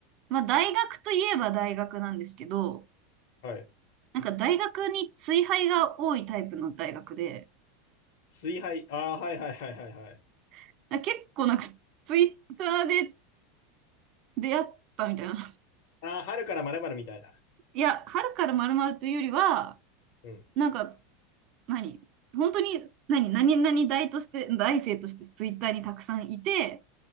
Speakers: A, on the right; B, on the left.
A: まあ、大学といえば大学なんですけど、
B: はい。
A: なんか大学に追廃が多いタイプの大学で、
B: 水杯。ああ、はいはいはいはいはい。
A: だから結構なんかツイッターで出会ったみたいな。
B: ああ、春からまるまるみたいだ。
A: いや、春からまるまるというよりは、
B: うん。
A: なんか、何本当に、何何々大として、大生としてツイッターにたくさんいて、